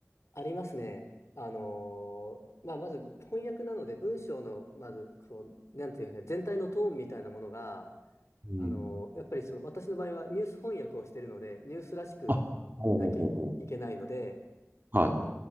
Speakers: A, on the left (about 70°); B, on the right (about 40°).
A: ありますね。あのーまあ、まず翻訳なので文章の、まず、こう、なんていうのかな全体のトーンみたいなものが、
B: うん。
A: あのーやっぱりその、私の場合はニュース翻訳をしているので、ニュースらしく
B: あ、ほうほうほうほ
A: なきゃいけないので、
B: う。はい。